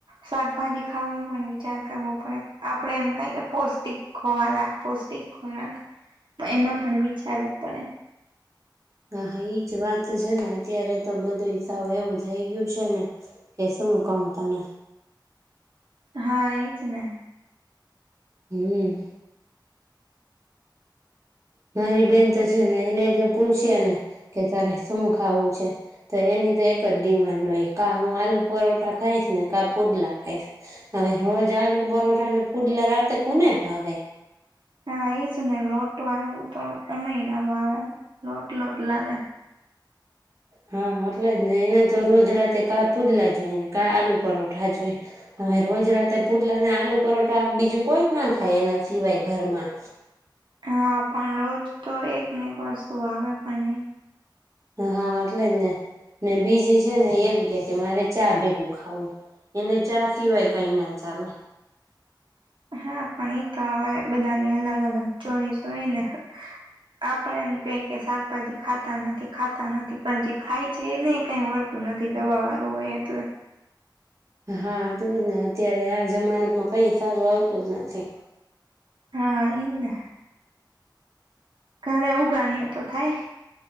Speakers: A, on the right; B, on the right.
A: શાકભાજી ખાવામાં પણ વિચાર કરવો પડે આપડે એમ કઈ કે પૌષ્ટિક ખોરાક પૌષ્ટિક ખોરાક એમાં પણ વિચારવું પડે.
B: હા હા એજ વાત છે ને અત્યારે તો બધુંસાવ એવું થઈ ગયું છે ને કે શું કઉું તને.
A: હા એજ ને.
B: હમ્મ. મારી બેન તો છે ને એને જો પૂછય ને કે તારે શું ખાવું છે તો એની તો એક જ ડિમાન્ડ હોય કા હું આલુ પરોઠા ખાઈશ ને કા પુડલા ખાઈશ હવે રોજ આલુ પરોઠાને પુડલા રાતે કોને ભાવે.
A: હા એ જ ને લોટ વાળું તો અમેય ના ભાવે લોટ લોટ લાગે.
B: હા એટલે જ ને એના તો રોજ રાતે કા પુડલા જોય ને કા આલુ પરોઠા જોઈ હવે રોજ રાતે પુડલા ને આલુ પરોઠા બીજું કોઈ ના ખાય એના સિવાય ઘરમાં.
A: હા પણ રોજતો એકને એક વસ્તુ આવેે પણ નહી
B: હા એટલે જ ને ને બીજી છેને એમકે કે મારે ચા ભેગું ખાવું એને ચા સિવાય કઈ ના ચાલે
A: હા પણ એ તો હવે બધાની અલગ અલગ ચોઇસ હોય ને આપણે એમ કઈ કે શાકભાજી ખાતા નથી ખાતા નથી પણ જે ખાય છે એને કઈ વળતું નથી દવાવાળું હોય એટલે
B: હા તો જ ને અત્યારે આ જમાનામાં કઈ સારું આવતું જ નથી
A: હા ઇને ઘરે ઉગાણીએ તો થાય.